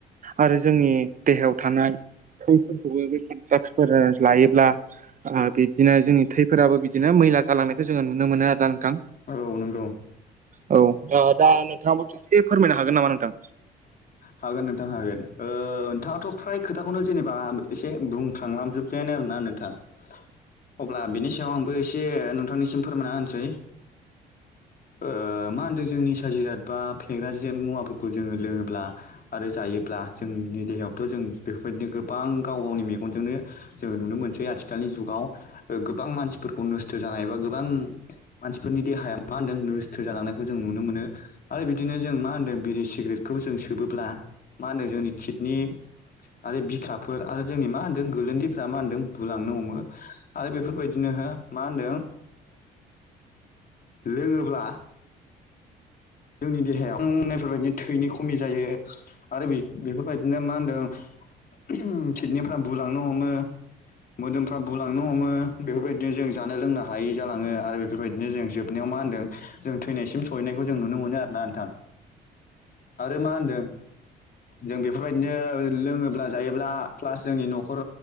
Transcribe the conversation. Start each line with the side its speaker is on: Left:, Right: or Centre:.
Right: आरो जोंनि देहायाव थानाय थैफोरखौबो जों द्राग्सफोर लायोब्ला ओ बिदिनो जोंनि थैफोराबो बिदिनो मैला जालांनायखौ जोङो नुनो मोनो आरो ना नोंथां।
Left: औ नंगौ
Right: औ दा नोंथाङाबो ससे फोरमायनो हागोन नामा नोंथां।
Left: हागोन नोंथां हागोन ओ नोंथाङाथ' फ्राय खो खोथाखौनो जेनेबा एसे बुंफ्रांलांजोब्बायानो आरोना नोंथाङा। अब्ला बिनि सायाव आंबो एसे नोंथांनिसिम फोरमायना होनोसै ओ मा होनदों जों निसा जिराद बा फेग्रा जे मुवाफोरखौ जोङो लोङोब्ला आरो जायोब्ला जोंनि देहायावथ' जों बेफोरबायदिनो गोबां गाव गावनि मेगनजोंनो जोङो नुनो मोनसै आथिखालनि जुगाव ओ गोबां मानसिफोरखौ नस्थ' जानाय एबा गोबां मानसिफोरनि देहाया मा होनदों नोस्थो जालांनायखौ जों नुनो मोनो आरो बिदिनो जों मा होनदों बिरि सिग्रेट खौ जों सोबोब्ला मा होनदों जोंनि किडनि आरो बिखाफोर आरो जोंनि मा होन्दों गोरल्न्दैफ्रा मा होन्दों बुलांनो हमो। आरो बेफोरबायदिनो हो मा होनदों लोङोब्ला जोंनि देहायावनायफोरबायदिनो थैनि खमि जायो आरो बेफोरबायदिनो मा होनदों पिटनिकफ्रा बुलांनो हमो मोदोमफ्रा बुलांनो हमो बेफोरबायदिनो जों जानाय लोंनो हायै जालाङो आरो बेफोरबायदिनो जोंसोब साव मा होनदों जों थैनायसिम सहैनायखौ जों जों नुनो मोनो आरोोना नोंथां आरो मा होनदों जों बेफोरबायदिनो लोङोब्ला जायोब्ला प्लास जोंनि न'खर